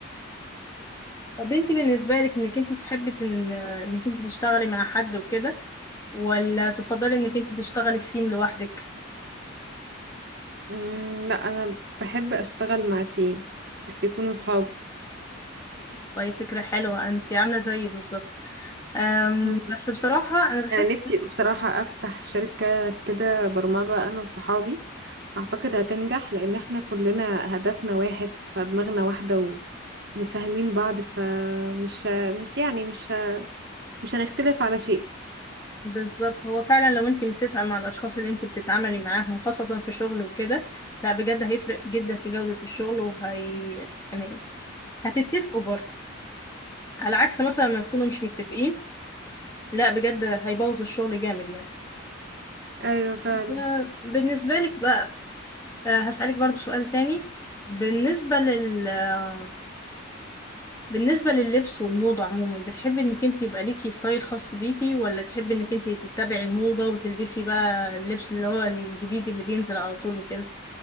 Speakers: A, on the left (about 15°); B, on the right (about 50°).
A: طب انتي بالنسبه لك انك انتي تحبي تن... انك انتي تشتغلي مع حد وكده ولا تفضلي انك انتي تشتغلي في تيم لوحدك
B: امم لا انا بحب اشتغل مع تيم بس يكونوا صحابي
A: طيب فكره حلوه انتي عامله زيي بالظبط أم...
B: مم.
A: بس بصراحه انا بحس
B: انا نفسي بصراحة افتح شركة كده برمجة انا وصحابي اعتقد هتنجح لان احنا كلنا هدفنا واحد فدماغنا واحدة و- وفاهمين بعض فمش مش يعني مش مش هنختلف على شيء
A: بالظبط هو فعلا لو انتي متفقه مع الاشخاص اللي انتي بتتعاملي معاهم خاصه في شغل وكده لا بجد هيفرق جدا في جوده الشغل وهي يعني هتتفقوا برضه على عكس مثلا ما تكونوا مش متفقين لا بجد هيبوظ الشغل جامد يعني
B: ايوه فعلا
A: ب- بالنسبة لك بقى آه، هسألك برضه سؤال تاني بالنسبة لل آه، بالنسبة لللبس والموضة عموما بتحبي انك انت يبقى ليكي ستايل خاص بيكي ولا تحبي انك انت تتبعي الموضة وتلبسي بقى اللبس اللي هو الجديد اللي بينزل على طول وكده